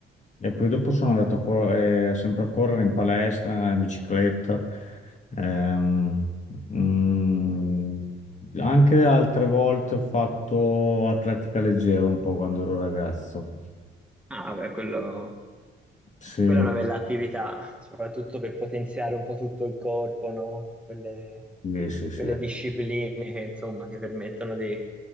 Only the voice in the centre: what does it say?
Ah, beh, quello,
quella è una bella attività, soprattutto per potenziare un po' tutto il corpo, no? Quelle,
quelle discipline che, insomma, ti permettono di,